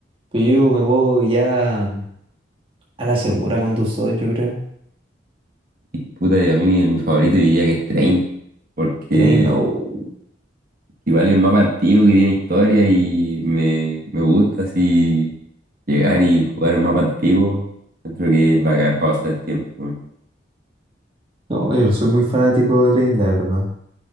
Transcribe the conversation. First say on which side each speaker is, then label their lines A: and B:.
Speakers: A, on the right; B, on the right.
A: Pero yo me voy ya a la segura con tus dos, yo creo.
B: Puta, y a mí el- mi favorito diría que es Train, porque
A: Train, oh,
B: igual es un mapa antiguo que tiene historia y me, me gusta así llegar y jugar un mapa antiguo. Creo que es bacán para pasar el tiempo, weón.
A: no, yo no soy muy fanático de Train, la verdad.